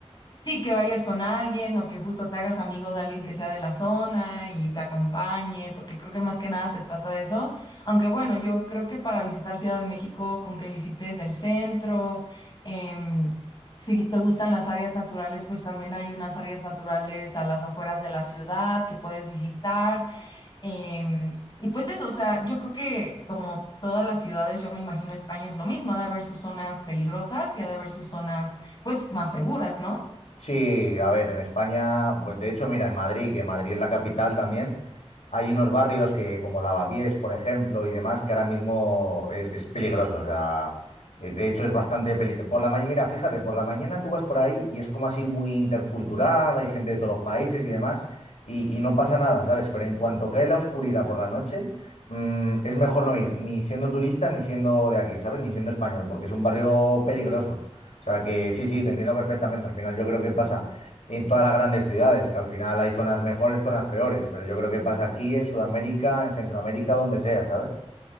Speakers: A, on the left; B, on the left.
A: Sí, que vayas con alguien o que justo te hagas amigo de alguien que sea de la zona y te acompañe, porque creo que más que nada se trata de eso. Aunque bueno, yo creo que para visitar Ciudad de México, con que visites el centro, em, si te gustan las áreas naturales, pues también hay unas áreas naturales a las afueras de la ciudad que puedes visitar. em, y pues eso, o sea, yo creo que como todas las ciudades, yo me imagino España es lo mismo, ha de haber sus zonas peligrosas y ha de haber sus zonas pues más seguras, ¿no?
B: Sí, a ver, en España, bu- de hecho, mira, en Madrid, que Madrid es la capital también, hay unos barrios que, como Lavapiés, por ejemplo, y demás, que ahora mismo es, es peligroso. O sea, eh, de hecho es bastante peli- Por la mañana, mira, fíjate, por la mañana tú vas por ahí y es como así muy intercultural, hay gente de todos los países y demás, y, y no pasa nada, ¿sabes? Pero en cuanto cae la oscuridad por la noche, mm, es mejor no ir, ni siendo turista, ni siendo de aquí, ¿sabes? Ni siendo español, porque es un barrio peligroso. O sea que sí, sí, te entiendo perfectamente. Al final yo creo que pasa en todas las grandes ciudades, que al final hay zonas mejores, zonas peores, pero yo creo que pasa aquí en Sudamérica, en Centroamérica, donde sea, ¿sabes?